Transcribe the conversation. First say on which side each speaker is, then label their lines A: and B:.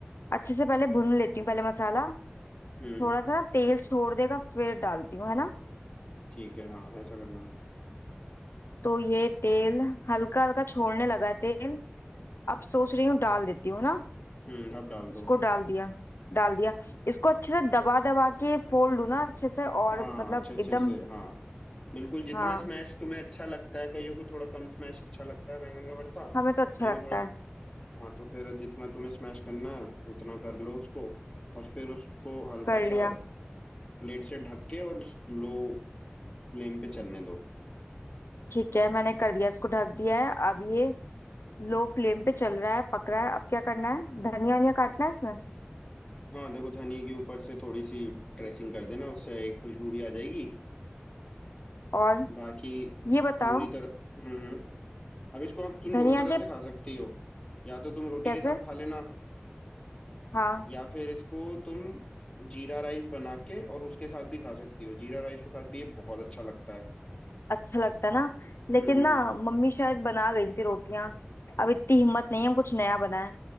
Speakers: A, on the left; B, on the left.
A: अच्छे से पहले भून लेती हूँ पहले मसाला
B: हम्म
A: थोड़ा सा ना तेल छोड़ देगा फिर डालती हूँ है ना
B: ठीक है हाँ ऐसा करना
A: तो ये तेल हल्का हल्का छोड़ने लगा है तेल अब सोच रही हूँ डाल देती हूँ ना
B: हम्म अब डाल दो
A: इसको डाल दिया डाल दिया इसको अच्छे से दबा दबा के फोल्ड लूँ ना अच्छे से और
B: हाँ
A: मतलब
B: अच्छे अच्छे
A: एकदम
B: से हाँ बिल्कुल जितना
A: हाँ
B: स्मैश तुम्हें अच्छा लगता है कईयों को थोड़ा कम स्मैश अच्छा लगता है बैंगन का भरता कईयों
A: हमें तो अच्छा लगता
B: को थोड़ा
A: है
B: हाँ तो फिर जितना तुम्हें स्मैश करना है उतना कर लो उसको और फिर उसको हल्का
A: कर
B: सा
A: लिया
B: प्लेट से ढक के और लो फ्लेम पे चलने दो
A: ठीक है मैंने कर दिया इसको ढक दिया है अब ये लो फ्लेम पे चल रहा है पक रहा है अब क्या करना है धनिया वनिया काटना है इसमें
B: हाँ देखो धनिया के ऊपर से थोड़ी सी ड्रेसिंग कर देना उससे एक खुशबू भी आ जाएगी
A: और
B: बाकी
A: ये बताओ
B: पूरी तरह हम्म हम्म। अब इसको आप तुम
A: धनिया
B: दो तरह
A: के
B: से खा सकती हो या तो तुम रोटी
A: कैसे
B: के साथ खा लेना
A: हाँ
B: या फिर इसको तुम जीरा राइस बना के और उसके साथ भी खा सकती हो जीरा राइस के साथ भी ये बहुत अच्छा लगता है
A: अच्छा लगता है ना लेकिन
B: हम्म
A: ना मम्मी शायद बना गई थी रोटियां अब इतनी हिम्मत नहीं है हम कुछ नया बनाए